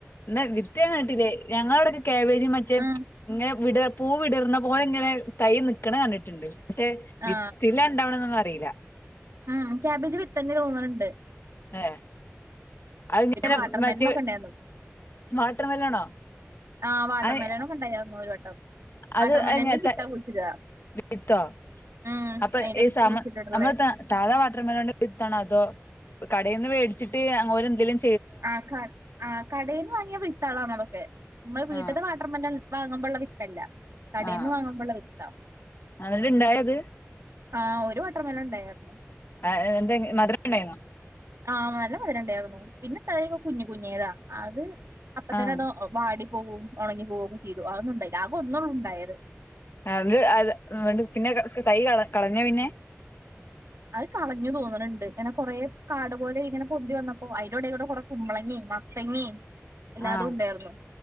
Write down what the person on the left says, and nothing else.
എന്നാ വിത്ത് ഞാൻ കണ്ടിട്ടില്ലേ ഞങ്ങടവിടൊക്കെ ക്യാബേജും മറ്റേ
ഇങ്ങനെ വിട പൂ വിടർന്ന പോലിങ്ങനെ തൈ നിക്കണ കണ്ടിട്ടുണ്ട് പക്ഷെ
വിത്തിലാ ഇണ്ടാവണെന്നെ ആരും പറ വെയില
ഏ അയിങ്ങനെ
മറ്റ്
വാട്ടർമെലണോ
അയി
അത്
എയ്ങ്ങത്തെ
വിത്തോ
അപ്പം
ഈ
സമ
സമത്തെ സാദാ വാട്ടർമെലന്റെ വിത്താണോ അതോ കടയീന്ന് മേടിച്ചിട്ട് അങ്ങോരെന്തെങ്കിലും
ആഹ്
ആഹ്
എന്നിട്ട് ഇണ്ടായത്
ആ എന്തേ <unintelligible> മധുരം ഉണ്ടായിന്നോ
ആഹ്
അതു ആ പിന്നെ എന്ത് യി കളഞ്ഞു പിന്നെ
ആഹ്